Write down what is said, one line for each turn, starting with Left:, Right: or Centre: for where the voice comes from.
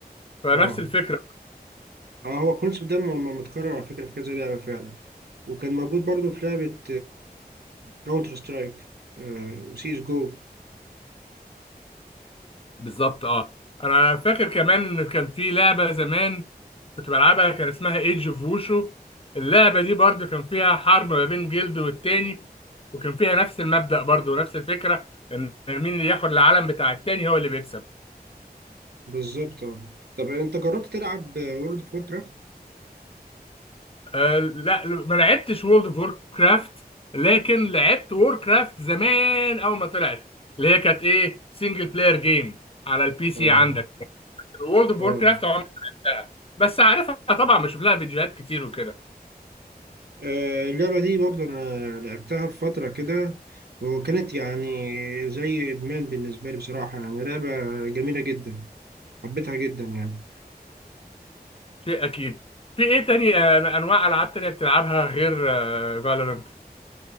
Left: فنفس
Right: اه
Left: الفكره
Right: اه هو الكونسيبت ده م- م- متكرر على فكرة في كذا لعبة فعلا وكان موجود برضو في لعبة كاونتر سترايك وسيس جو
Left: بالظبط اه انا فاكر كمان ان كان في لعبه زمان كنت بلعبها كان اسمها ايدج اوف ووشو اللعبه دي برضو كان فيها حرب ما بين جلد والتاني وكان فيها نفس المبدأ برضو ونفس الفكره ان مين اللي ياخد العالم بتاع التاني هو اللي بيكسب
Right: بالظبط آه. طب انت جربت تلعب وورلد اوف وور كرافت؟
Left: آه لا ما لعبتش وورلد اوف وور كرافت لكن لعبت وور كرافت زمان اول ما طلعت اللي هي كانت ايه سنجل بلاير جيم على البي سي
Right: اه
Left: عندك وورلد اوف
Right: اه
Left: وور كرافت عمري ما لعبتها بس عارفها طبعا بشوف لها فيديوهات كتير وكده
Right: آه، اللعبة دي برضه أنا لعبتها في فترة كده وكانت يعني زي إدمان بالنسبة لي بصراحة يعني لعبة جميلة جدا حبيتها جدا يعني
Left: شيء اكيد في ايه تاني آه، انواع العاب تانية بتلعبها غير فالورنت